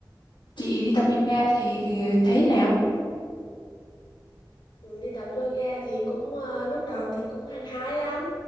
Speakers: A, on the left; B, on the left.
A: chị đi tập
B: Ừ.
A: yoga thì thì thấy thế nào
B: Ừ, đi tập yoga thì cũng ờ, lúc đầu thì cũng hăng hái lắm